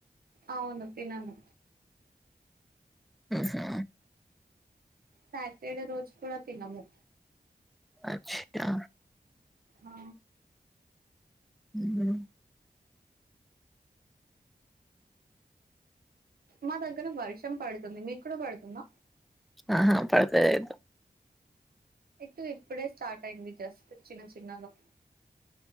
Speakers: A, on the right; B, in the centre.
A: ఆవును తినను
B: ఉహు
A: సాటర్డే రోజు కూడా తినము
B: అచ్ ఆ
A: ఆ
B: ఉహు
A: మా దగ్గర వర్షం పడుతుంది మీ కూడ పడుతుందా
B: ఆహా పడుతలేదు
A: ఇటు ఇప్పుడే స్టార్ట్ అయింది జస్ట్ చిన్న చిన్నగా